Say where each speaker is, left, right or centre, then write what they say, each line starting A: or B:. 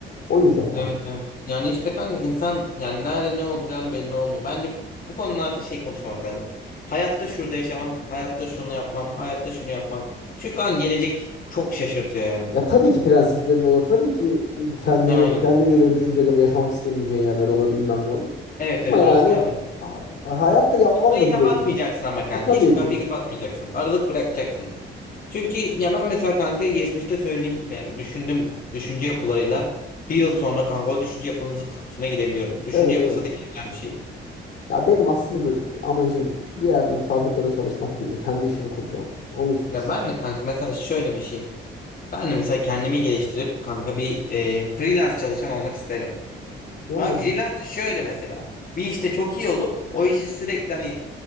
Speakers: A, on the left; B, on the left.
A: O yüzden kanka.
B: Evet evet. Yani işte kanka insan yani nerede ne olacağını belli olmuyor. Bence bu bu konularda şey konuşmamak lazım. Hayatta şurada yaşamam, hayatta şunu yapmam, hayatta şunu yapmam. Şu kan gelecek çok şaşırtıyor yani.
A: Ya tabii ki prensiplerin olur. Tabii ki kendini
B: Aynen.
A: kendince göre düşüncelerini yaşamak istemeyeceğin yerler olur, bilmem ne olur.
B: Evet evet
A: Ama yani
B: orası ayrı.
A: ha- hayatta yapmam
B: Kapıyı
A: da
B: kapatmayacaksın
A: diyebiliriz.
B: ama kanka.
A: Ya, tabii
B: Hiçbir kapıyı
A: ki.
B: kapatmayacaksın. Aralık bırakacaksın. Çünkü ya ben mesela kanka geçmişte söyleyeyim yani düşündüm düşünce yapılarıyla bir yıl sonra kanka o düşünce yapının zıt kutusuna girebiliyorum. Düşünce
A: Evet
B: yapısı
A: evet.
B: değişebilen bir şey.
A: Ya benim aslında amacım bir yerde bir fabrikada çalışmak değil de kendi işimi kuracağım. Onu çok
B: Ya
A: istiyorum.
B: ben de kanka mesela şöyle bir şey. Ben de mesela kendimi geliştirip kanka bir e, freelance çalışan olmak isterim.
A: Yani
B: Ama freelance de şöyle mesela. Bir işte çok iyi olup o işi sürekli hani